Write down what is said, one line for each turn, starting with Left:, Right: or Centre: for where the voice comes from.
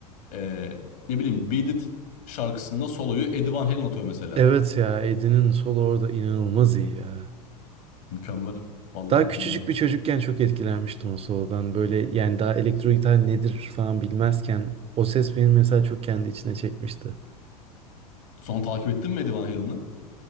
Left: Ee, ne bileyim Beat It şarkısında soloyu Eddie Van Halen atıyor
Right: <laughs>
Left: mesela.
Right: Evet ya, Eddie'nin solo orada inanılmaz iyi ya.
Left: Mükemmel. Vallahi
Right: Daha
Left: mükemmel.
Right: küçücük bir çocukken çok etkilenmiştim o solodan. Böyle yani daha elektro gitar nedir falan bilmezken o ses beni mesela çok kendi içine çekmişti.
Left: Sonra takip ettin mi Eddie Van Halen'ı?